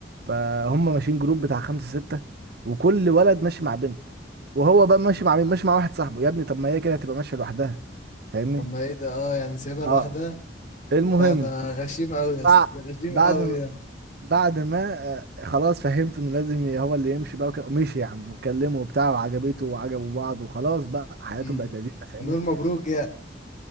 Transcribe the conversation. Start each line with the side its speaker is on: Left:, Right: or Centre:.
Right: فهم ماشيين جروب بتاع خمسة ستة وكل ولد ماشي مع بنت وهو بقى ماشي مع مين ماشي مع واحد صاحبه يا ابني طب ما هي كده هتبقى ماشية لوحدها فاهمني
Left: طب ما ايه ده اه يعني سايبها لوحدها
Right: اه المهم
Left: لا ده غشيم قوي يا اسطى
Right: بع-
Left: ده غشيم
Right: بعد
Left: قوي
Right: ما
Left: ده
Right: بعد ما آه، خلاص فهمت ان لازم ي- هو اللي يمشي بقى وكده ومشي يا عم واتكلموا وبتاع وعجبته وعجبوا بعض وخلاص بقى حياتهم
Left: أمم.
Right: بقت لذيذه فاهمني
Left: هنقول مبروك يا